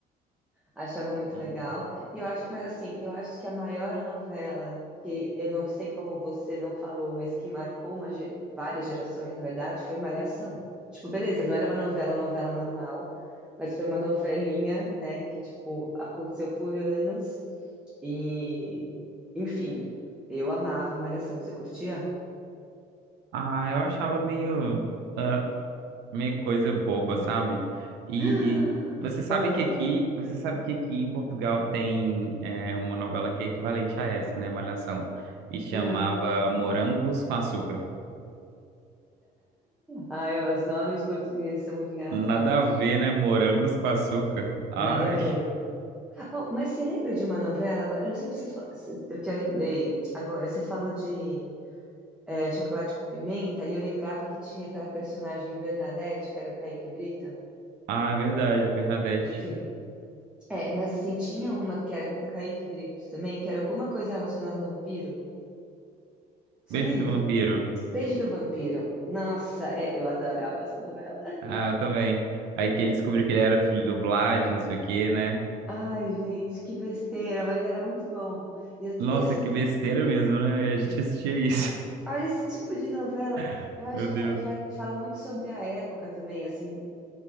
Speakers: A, in the centre; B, on the right.
A: Achava muito
B: Uhum.
A: legal. E eu acho, mas assim, eu acho que a maior novela que eu não sei como você não falou, mas que marcou uma ge- várias gerações, na verdade, foi Malhação. Tipo, beleza, não era uma novela, novela normal, mas foi uma novelinha, né, que tipo aconteceu por anos e, enfim, eu amava Malhação. Você curtia?
B: Ah, eu achava meio, ah, meio coisa boba, sabe? E,
A: <gasps>
B: e você sabe
A: Ah,
B: que aqui, você sabe que aqui em Portugal tem é, uma novela que é equivalente a essa, né? Malhação. E chamava
A: não.
B: Morangos com Açúcar.
A: Ai, ó, os nomes portugueses são muito engraçados.
B: Nada a ver, né? Morangos com açúcar. Ai.
A: Nada a ver. Oh, mas você lembra de uma novela? Agora, eu não sei porque você, fa- se- porque eu lembrei agora. Você falou de é, chocolate com pimenta e eu lembrava que tinha aquela personagem Bernadette, que era o Kaique Brito.
B: Ah, é verdade, Bernadette.
A: Enfim, é, mas assim, tinha uma que era com o Kaique Brito também, que era alguma coisa relacionada a vampiro. Você
B: Beijo
A: lembra?
B: do vampiro.
A: Beijo do Vampiro. Nossa, é, eu adorava essa novela.
B: Ah, eu também. Aí que ele descobriu que ele era filho do Vlad, não sei o quê, né?
A: Ai, gente, que besteira, mas era muito bom. E, eu-
B: Nossa,
A: e assim.
B: que besteira mesmo, né? E a gente assistia isso.
A: Olha esse tipo de novela.
B: <laughs>
A: Eu acho
B: Meu
A: que
B: Deus.
A: fa- fa- fala muito sobre a época também, assim,